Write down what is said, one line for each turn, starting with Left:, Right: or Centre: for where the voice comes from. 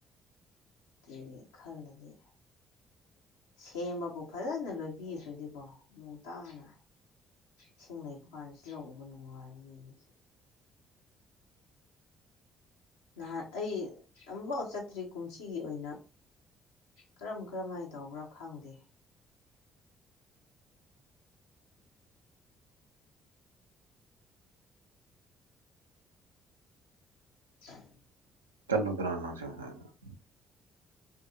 Left: ꯀꯔꯤ ꯈꯜꯂꯒꯦ ꯁꯦꯝꯕꯕꯨ ꯐꯖꯅ ꯂꯣꯏꯕꯤꯈ꯭ꯔꯗꯤꯀꯣ ꯃꯑꯣꯡ ꯇꯥꯅ ꯢꯁꯤꯡ ꯂꯩꯕꯒꯥꯟꯗꯁꯨ ꯂꯧ ꯎꯕ ꯅꯨꯉꯥꯢꯕꯅꯦ ꯅꯍꯥꯟ ꯑꯩ ꯑꯃꯨꯛꯐꯥꯎ ꯆꯠꯇ꯭ꯔꯤ ꯀꯨꯝꯁꯤꯒꯤ ꯑꯣꯏꯅ ꯀꯔꯝ ꯀꯔꯝꯍꯥꯏꯅ ꯇꯧꯕ꯭ꯔꯥ ꯈꯪꯗꯦ <inaudible>
Right: ꯆꯜꯂꯣ ꯗꯔꯅ ꯁꯤ ꯍꯥꯏ <inaudible>